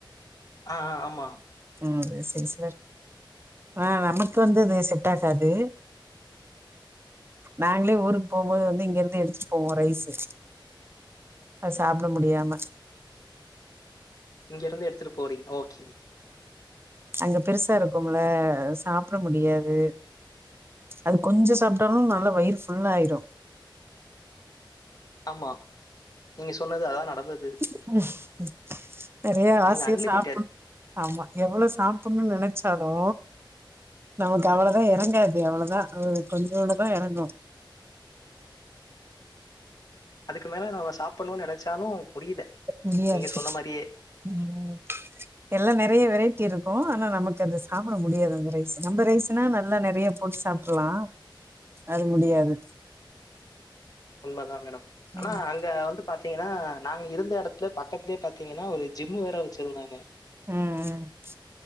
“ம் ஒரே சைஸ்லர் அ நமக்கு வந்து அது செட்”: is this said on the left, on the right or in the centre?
Right